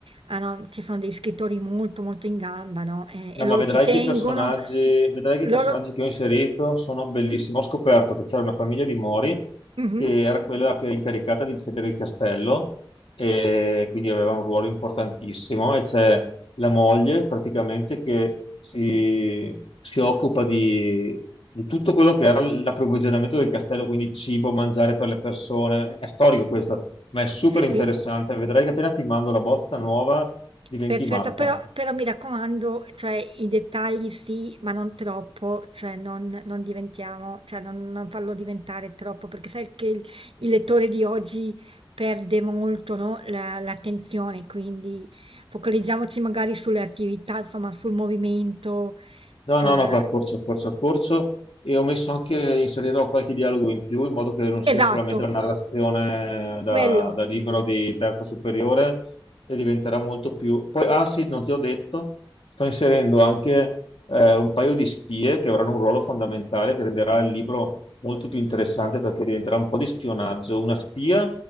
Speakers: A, on the right (about 85°); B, on the left (about 90°).
A: hanno- ci sono dei scrittori molto, molto in gamba, no? Eh,
B: No,
A: e loro
B: ma vedrai
A: ci tengono,
B: che i personaggi, vedrai che i
A: loro...
B: personaggi che ho inserito sono bellissimi. Ho scoperto che c'era una famiglia di Mori
A: Mhm.
B: che era quella che era incaricata di difendere il castello e quindi aveva un ruolo importantissimo. E c'è la moglie praticamente che si, si occupa di, di tutto quello che era l'approvvigionamento del castello, quindi cibo, mangiare per le persone. È storico questo, ma è super
A: Sì, sì.
B: interessante. Vedrai che appena ti mando la bozza nuova diventi
A: Perfetto,
B: matta.
A: però, però mi raccomando, cioè, i dettagli sì, ma non troppo, cioè, non, non diventiamo, cioè, non, non farlo diventare troppo, perché sai che il, il lettore di oggi perde molto, no, la- l'attenzione, quindi focalizziamoci magari sulle attività, insomma, sul movimento.
B: No,
A: eh,
B: no, no, accorcio, accorcio, accorcio. E ho messo anche, inserirò qualche dialogo in più in modo che non sia
A: esatto,
B: solamente la narrazione da,
A: quello.
B: da libro di terza superiore e diventerà molto più... Poi, ah sì, non ti ho detto, sto inserendo anche eh, un paio di spie che avranno un ruolo fondamentale che renderà il libro molto più interessante perché diventerà un po' di spionaggio. Una spia